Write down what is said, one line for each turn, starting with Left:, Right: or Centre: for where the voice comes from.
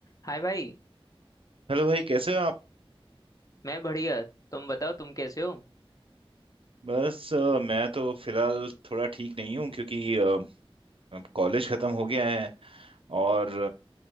Left: हाय भाई
Right: Hello भाई कैसे हो आप
Left: मैं बढ़िया तुम बताओ तुम कैसे हो
Right: बस अ, मैं तो फिलहाल थोड़ा ठीक नहीं हूँ क्योंकि अ, अब कॉलेज ख़त्म हो गया है और